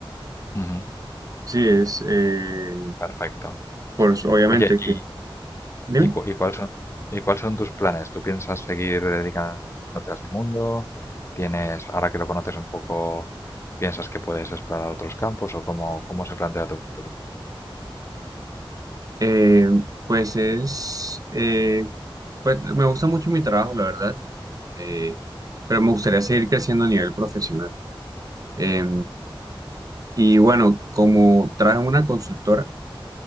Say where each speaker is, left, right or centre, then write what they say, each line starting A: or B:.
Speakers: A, on the left (about 30°); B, on the right (about 40°).
A: Ujú,
B: Sí, es, eh,
A: perfecto.
B: pues obviamente,
A: Oye, ¿y,
B: que Dime.
A: y, cu- y cuáles son, y cuáles son tus planes? ¿Tú piensas seguir dedicándote a este mundo? ¿Tienes, ahora que lo conoces un poco, piensas que puedes explorar otros campos o cómo, cómo se plantea tu futuro?
B: Eh, pues es, eh, pues me gusta mucho mi trabajo, la verdad, eh, pero me gustaría seguir creciendo a nivel profesional. Eh, y bueno, como trabajo en una consultora,